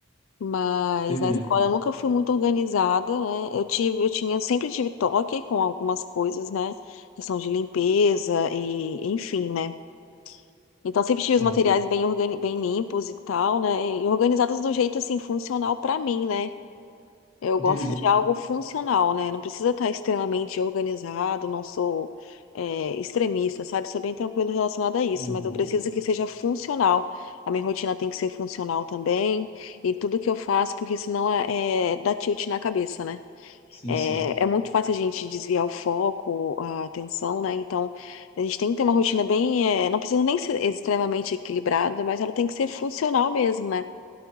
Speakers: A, on the left; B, on the left.
A: Mas
B: Sei
A: na
B: bem,
A: escola eu nunca fui muito organizada, né? Eu tive, eu tinha, sempre tive toque com algumas coisas, né? Questão de limpeza e enfim, né? Então, sempre tive
B: sei.
A: os materiais bem, organi- bem limpos e tal, né? E organizados do jeito, assim, funcional pra mim, né? Eu
B: Entendi.
A: gosto de algo funcional, né? Não precisa estar extremamente organizado, não sou, é, extremista, sabe? Sou bem tranquilo relacionado a isso,
B: Uhum.
A: mas eu preciso que seja funcional. A minha rotina tem que ser funcional também, e tudo que eu faço, porque senão é, é dá tilt na cabeça, né?
B: Sim,
A: É,
B: sim.
A: é muito fácil a gente desviar o foco, a atenção, né? Então, a gente tem que ter uma rotina bem. eh, não precisa nem ser extremamente equilibrada, mas ela tem que ser funcional mesmo, né?